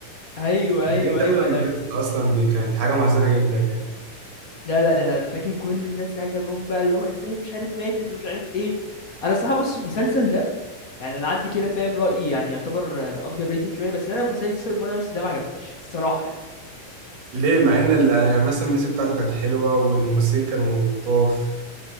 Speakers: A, on the left; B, on the right.
A: ايوه
B: اتضايقت
A: ايوه
B: أوي
A: ايوه
B: لما ماتت أصلا دي كانت حاجة محزنة جدا يعني
A: لا لا ده انا أنا فاكر كل الناس ساعتها جم بقى اللي هو ازاي مش عارف ماتت ومش عارف ايه انا الصراحه بص المسلسل ده يعني انا عندي كده فاهم رايي يعني يعتبر اندر ريتد شويه بس انا مسلسل مون هايست ده ما عجبنيش الصراحه يعني
B: ليه مع إن ال- يعني مثلا الميوزك بتاعته كانت حلوة والممثلين كانوا لطاف